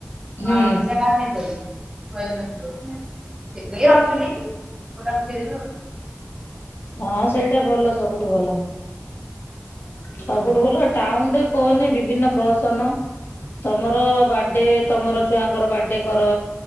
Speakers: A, on the right; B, on the left.
A: ହଁ
B: ହୁଁ
A: ପୂଜା କାହାପାଇ କରି ଛଆଦିନ ଥିବ ଏବେ ରଖିଲି ନାଇଁ <unintelligible>
B: ହଁ ସେଇଟା ଭଲ ସବୁଠୁ ଭଲ।
A: ଆଉ।
B: ସବୁଠୁ ଭଲ ଟାଉନରେ କହନି ବିଭିନ୍ନ ପ୍ରହସନ ତମର ବା ବାଡେ ତମର
A: ହୁଁ
B: ଛୁଆଙ୍କର ବାର୍ଥଡେ କର।